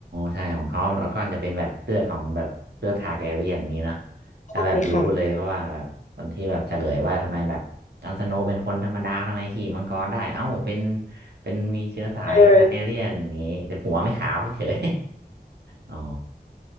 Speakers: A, on the right; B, on the left.
A: ใช่ของเขาแล้วกอนจะเป็นแบบเลือดของแบบเลือดทาร์แกเรียนนี้เนอะถ้าแบบรู้เลยเพราะว่าแบบตอนที่แบบเฉลยว่าทำไมแบบจอห์นสโนว์เป็นคนธรรมดาทำไมขี่มังกรได้เอ้าเป็น
B: ใช่ค่ะ
A: เป็นมีเชื้อสายทาร์แกเรียนนี้แต่หัวไม่ขาวเฉย
B: เออ
A: อ๋อ